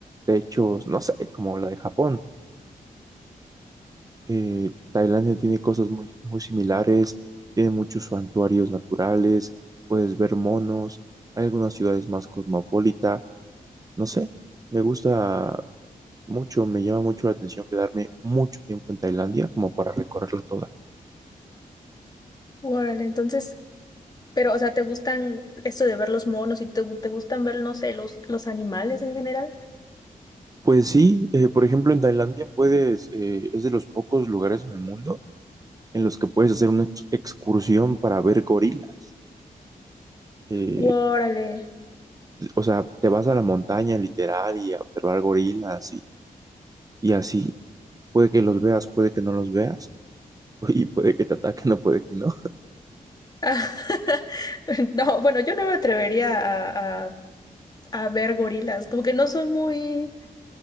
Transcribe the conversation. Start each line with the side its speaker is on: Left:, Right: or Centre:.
Right: techos, no sé, como la de Japón. Eh, Tailandia tiene cosas muy, muy similares, tiene muchos santuarios naturales, puedes ver monos, hay algunas ciudades más cosmopolita, no sé, me gusta mucho, me llama mucho la atención quedarme mucho tiempo en Tailandia como para recorrerla toda.
Left: Órale, entonces, pero, o sea, ¿te gustan esto de ver los monos y te, te gustan ver, no sé, los, los animales en general?
Right: Pues sí, eh, por ejemplo, en Tailandia puedes, eh, es de los pocos lugares en el mundo en los que puedes hacer una ex- excursión para ver gorilas. Eh,
Left: Órale.
Right: o sea, te vas a la montaña literal y a observar gorilas y, y así. Puede que los veas, puede que no los veas, <laughs> y puede que te ataquen o puede que no.
Left: Ah, <laughs> no, bueno, yo no me atrevería a, a- a ver gorilas, como que no soy muy,